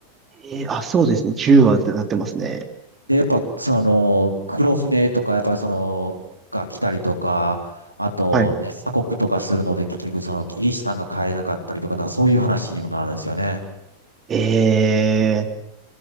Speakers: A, on the right; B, on the right.
A: えーあ、そうですね。10話ってなってますね。
B: で、やっぱ、その、黒船とか、やっぱりその、が来たりとか、あと、
A: はい。
B: ね、鎖国とかするので、結局その、キリシタンが帰れなかったりとか、なんかそういう話にもなるんですよね。
A: ええ